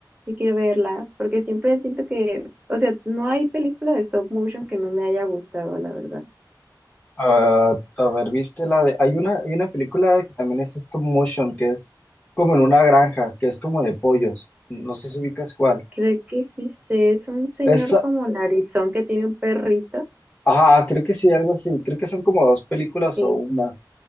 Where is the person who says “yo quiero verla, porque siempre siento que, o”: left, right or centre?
Right